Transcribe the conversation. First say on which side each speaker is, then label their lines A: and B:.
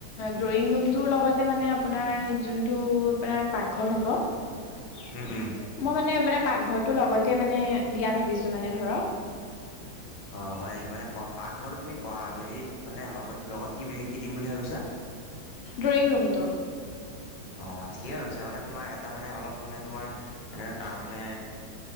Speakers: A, on the left; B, on the left.
A: ড্ৰয়িং ৰুমটোৰ লগতে মানে আপোনাৰ যোনটো আোনাৰ পাকঘৰ হ'ব হয়
B: উম উম
A: মই মানে আপাৰ পাকঘৰটো লগতে মানে বিয়া ভাবিছো মানে ধৰক
B: অঁ হয় নেকি মানে প পাকঘৰটো তুমি প যদি মানে লগত লগত কি বুলি কি দিম বুলি ভাবিছা
A: ড্ৰইং ৰুমটো
B: অ ঠিকেই ভাবিছা মানে তোমাৰ এটা মানে অলপ মানে তোমাৰ এনে তাৰমানে